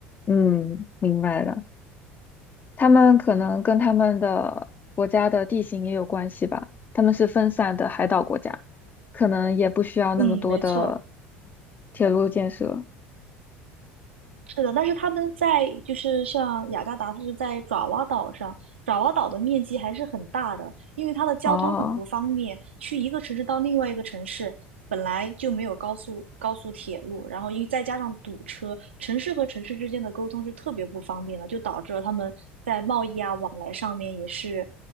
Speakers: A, on the left; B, on the right.
A: 嗯，明白了。他们可能跟他们的国家的地形也有关系吧，他们是分散的海岛国家，可能也不需要那么多的
B: 嗯，没错，
A: 铁路建设。
B: 是的。但是他们在就是像雅加达，它是在爪哇岛上，爪哇岛的面积还是很大的，因为它的交通很不方便，
A: 哦，
B: 去一个城市到另外一个城市。本来就没有高速高速铁路，然后因为再加上堵车，城市和城市之间的沟通是特别不方便的，就导致了他们在贸易啊往来上面也是，